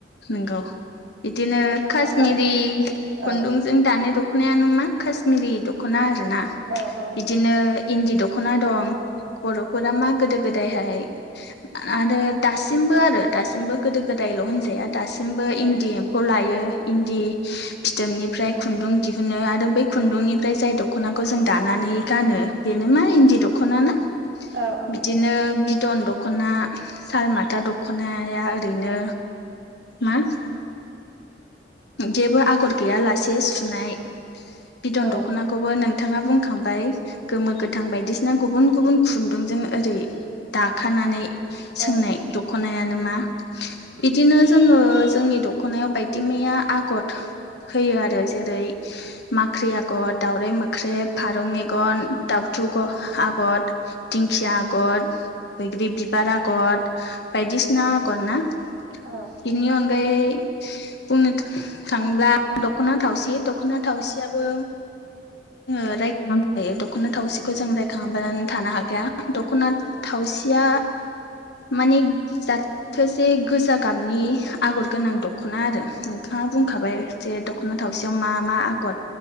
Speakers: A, on the left (about 60°); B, on the right (about 70°).
A: नंगौ बिदिनो कश्मिरि
B: औ
A: खुन्दुंजों
B: औ
A: दानाय दख दख'नायानो मा कश्मिरि दख'ना आर ना
B: औ औ
A: बिदिनो इन्दि दख'ना दं बर'फोरा मा गोदो गोदायहाय आरो दासिमबो आरो दासिमबो गोदो गोदायल' होनजाया दासिमबो
B: औ
A: इन्दि लायो इन्दि फिथोबनिफ्राय खुन्दुं दिहुनो आरो बै खुन्दुंनिफ्राय जाय डखर दख'नाखौ जों दानानै गानो बेनो मा इन्दि दख'ना ना
B: औ औ नोंथां
A: बिदिनो बिदन दखना दख'ना सालमाथा दख'नाया ओरैनो मा जेबो आगर गैया लासे सुनाय
B: औ
A: बिदन
B: औ
A: दख'ना
B: उम
A: खौबो नोंथाङा बुंखांबाय गोमो गोथां बायदिसिना गुबुन गुबुन खुन्दुंजों ओरै दाखानानै सोंनाय
B: औ
A: दख'नायानो मा बिदिनो जोङो जोंनि दख'नायाव बायदि मैया आगर होयो आरो जेरै माख्रि आगर दाावराइ मोख्रेब फारौ मेगन दाउथु आगर दिंखिया आगर बैग्रि बिबार आगर बायदिसिना आगर ना?
B: औ
A: बिनि अनगायै बुंनो थांङोब्ला दख'ना थावसि दख'ना थावसियाबो जों रायखांनांखायो दख'ना थावसिखौ जों रायखांङाबालानो थानो हाखाया दख'ना थावसिया माने जाथोसे गोजां गाबनि आगर गोनां दख'ना आरो नोंथांङा बुंखाबाय जे दख'ना थावसेयाव मा मा आगर